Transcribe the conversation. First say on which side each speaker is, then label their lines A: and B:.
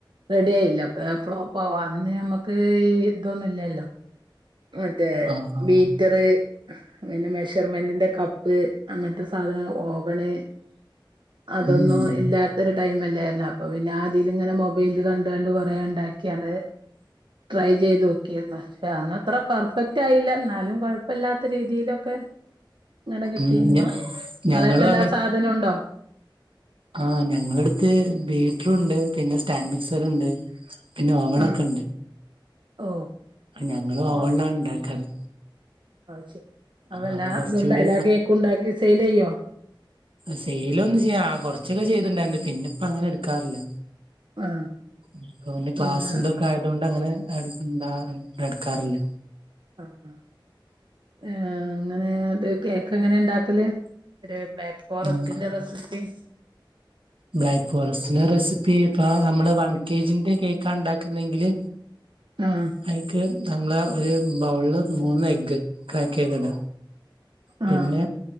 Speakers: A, on the right (about 65°); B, on the right (about 80°).
A: റെഡി ആയില്ല ഒക്കെ ഫ്ലോപ്പ് ആവാ അന്ന് നമ്മുക്ക് ഈ ഇതൊന്നും ഇല്ലല്ലോ മറ്റേ
B: ആഹ്
A: ബീറ്റർ പിന്നെ മെഷർമെന്റിന്റെ കപ്പ് അങ്ങനത്തെ സാധനം ഓവണ് അതൊന്നും
B: ഉം ഉം
A: ഇല്ലാ ത്തഒരു ടൈംല്ലായിരുന്നു അപ്പൊ പിന്നെ ആതില് ഇങ്ങനെ മൊബൈലിൽ കണ്ട് കാണ്ട് കൊറേ ഇണ്ടാക്കിയാണ്ട് ട്രൈ ചെയ്ത് നോക്കിയിരുന്നു പക്ഷെ അന്ന് അത്ര പെർഫെക്റ്റ് ആയില്ല എന്നാലും കൊഴ ഇപ്പല്ലാത്ത രീതിയിലൊക്കെ ഇങ്ങനെ കിട്ടിയിരുന്നു
B: ഉം ഞ
A: ഇങ്ങളെര്ത്ത്
B: ഞങ്ങളും
A: എല്ലാ സാധനം ഉണ്ടോ
B: ആ ഞങ്ങള അടുത്ത് ബീറ്ററുണ്ട് പിന്നെ സ്റ്റാൻഡ് മിക്സർ ഉണ്ട് പിന്നെ ഓവണൊക്കെ
A: ആ
B: ഉണ്ട്
A: ഓ
B: ഞങ്ങളും ഓവണില
A: ഓ
B: ഉണ്ടാക്കാറ്
A: അത് ശെരി അപ്പൊ
B: ആഹ്
A: എല്ലാം
B: കുറച്ചുകൂടി
A: അത്ണ്ടാ എല്ലാ കേക്ക് ഉണ്ടാക്കി സെയിൽ ചെയ്യോ
B: സെയില് ഒന്നും ചെയ്യാ കൊറച്ചൊക്കെ ചെയ്തിണ്ടായിരുന്നു പിന്നെ ഇപ്പ അങ്ങനെ എടുക്കാറില്ല
A: ആ
B: ആഹ് പിന്നെ ക്ലാസ്ന്തൊക്കെ
A: എന്താ
B: ആയതൊണ്ട് അങ്ങനെ ന്താ എടുക്കാറില്ല.
A: ആ ആ ഏഹ് അങ്ങനെ ഇത് കേക്ക് എങ്ങനെ ഇണ്ടാക്കല് ഒരു ബ്ലാക്ക് ഫോറസ്റ്റിന്റെ
B: ഉം.
A: റെസിപ്പി
B: ബ്ലാക്ക് ഫോറസ്റ്റെ റെസിപ്പി ഇപ്പ നമ്മള് വൺ കെ ജിന്റെ കേക്കാണ് ഉണ്ടാക്കുന്നെങ്കില്
A: ആഹ്
B: അയിക്ക് നമ്മൾ ഒരു ബൗളിൽ മൂന്ന് എഗ്ഗ് ക്രാക്ക് ചെയ്തിടുക പിന്നെ
A: ആഹ്